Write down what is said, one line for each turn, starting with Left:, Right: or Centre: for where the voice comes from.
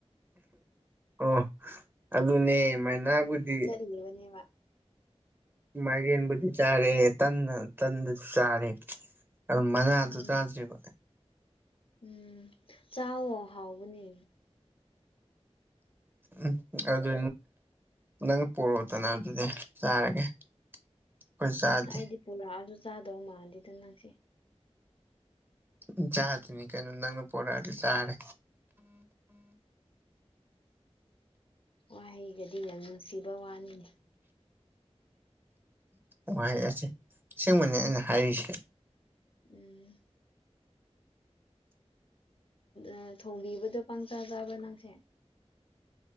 Right: ꯑꯣ ꯑꯗꯨꯅꯦ ꯃꯥꯏꯅꯥꯕꯨꯗꯤ
Left: ꯂꯩꯕꯅꯦ ꯋꯥ
Right: ꯃꯥꯒꯤ ꯌꯦꯕꯨ ꯆꯔꯦ ꯇꯅ ꯇꯟꯗ ꯆꯥꯔꯦ ꯑꯗꯨ ꯃꯅꯥꯗꯨ
Left: ꯎꯝ
Right: ꯆꯥꯗ꯭ꯔꯤꯕ
Left: ꯎꯝ ꯆꯥꯎꯑꯣ ꯍꯥꯎꯕꯅꯦ
Right: ꯎꯝ ꯑꯗꯨ ꯅꯪ ꯄꯣꯔꯛꯑꯣꯗꯅ ꯑꯗꯨꯗꯤ ꯆꯥꯔꯒꯦ ꯑꯩꯈꯣꯏ ꯆꯥꯗꯦ
Left: ꯎꯝ ꯑꯩꯗꯤ ꯄꯨꯔꯛꯑꯁꯨ ꯆꯥꯗꯧ ꯃꯥꯟꯗꯦꯗ ꯅꯪꯁꯦ
Right: ꯎ ꯆꯥꯗꯣꯏꯅꯤ ꯀꯩꯅꯣ ꯅꯪꯅ ꯄꯨꯔꯛꯑꯗꯤ ꯆꯥꯔꯦ
Left: ꯋꯥꯍꯩꯒꯗꯤ ꯌꯥꯝ ꯅꯨꯡꯁꯤꯕ ꯋꯥꯅꯤꯅꯦ
Right: ꯎ ꯋꯥꯍ ꯑꯁꯦ ꯁꯤꯒꯨꯝꯕꯅꯦ ꯑꯩꯅ ꯍꯥꯏꯔꯤꯁꯦ
Left: ꯎꯝ ꯑꯦ ꯊꯣꯡꯕꯤꯕꯗꯣ ꯄꯪꯆꯥꯥ ꯆꯥꯕ꯭ꯔꯥ ꯅꯪꯁꯦ